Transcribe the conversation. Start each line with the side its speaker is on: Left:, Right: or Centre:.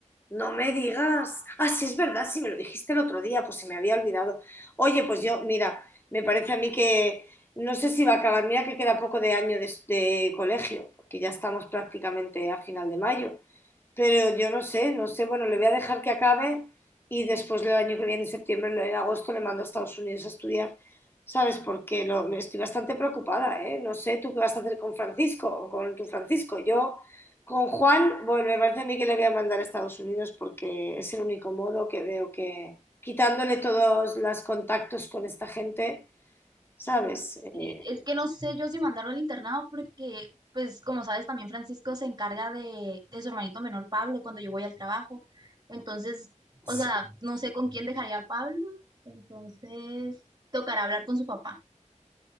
Left: No me digas. Ah, sí, es verdad, sí, me lo dijiste el otro día, pues se me había olvidado. Oye, pues yo, mira, me parece a mí que no sé si va a acabar. Mira que queda poco de año de, de colegio, porque ya estamos prácticamente a final de mayo. Pero yo no sé, no sé. Bueno, le voy a dejar que acabe y después del año que viene, en septiembre, lo- en agosto, le mando a Estados Unidos a estudiar, ¿sabes? Porque lo, lo- estoy bastante preocupada, ¿eh? No sé tú qué vas a hacer con Francisco o con tu Francisco. Yo, con Juan, bueno, me parece a mí que le voy a mandar a Estados Unidos porque es el único modo que veo que, quitándole todos los contactos con esta gente, ¿sabes?
Right: Sí,
Left: Eh,
Right: es que no sé yo si mandarlo al internado porque, pues, como sabes, también Francisco se encarga de, de su hermanito menor Pablo cuando yo voy al trabajo. Entonces,
Left: sí.
Right: o sea, no sé con quién dejaría a Pablo. Entonces, tocará hablar con su papá. <laughs>